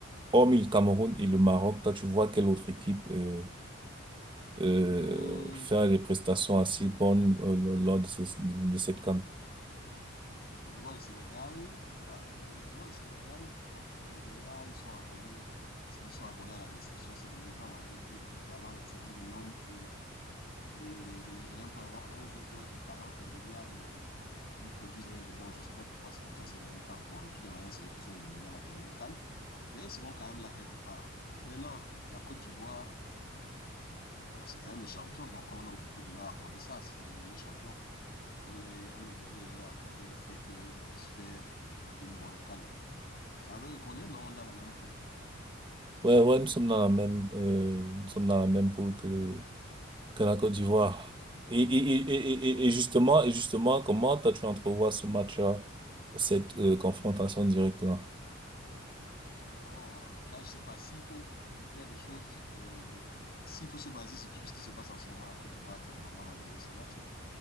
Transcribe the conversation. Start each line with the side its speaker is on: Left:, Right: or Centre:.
Right: hormis le Cameroun et le Maroc toi tu vois quelle autre équipe euh, euh,
Left: Oh,
Right: faire des prestations assez bonnes euh, lors de, ce- de cette CAN
Left: je vois le Sénégal. Là, euh, je vois le Sénégal. Bon, le Nigeria, ils sont abonnés. c'est- Ils sont abonnés à la déception ces derniers temps, malgré tout le talent, ça dit les noms, les les, les, les Nigérians peuvent avoir 11 joueurs de talent indéniable, mais ils ne produisent rien de bon. Je ne sais pas pourquoi c'est comme ça ces derniers temps. Bon, de toutes les manières, c'est eux qui nous ont éliminés à la dernière canne, mais ils seront quand même là quelque part. Maintenant, la Côte d'Ivoire, bon, c'est quand même les champions, donc on est obligé de leur accorder ça. C'est les derniers champions. On, les, on est obligé de leur accorder le fait qu'ils puissent faire une bonne canne. Ça veut qu'on est, non, dans la même poule.
Right: ouais ouais nous sommes dans la même euh, nous sommes dans la même poule que que la Côte d'Ivoire.
Left: Oh,
Right: Et, et, et, et,
Left: c'est chaud,
Right: et et justement,
Left: hein.
Right: et justement, comment toi tu entrevois ce match-là, cette euh, confrontation directe-là?
Left: Oh, là, je sais pas s'il faut faire les choses, euh, s'il faut se baser sur tout ce qui se passe en ce moment, la Côte d'Ivoire, normalement, va gagner ce match. Hein.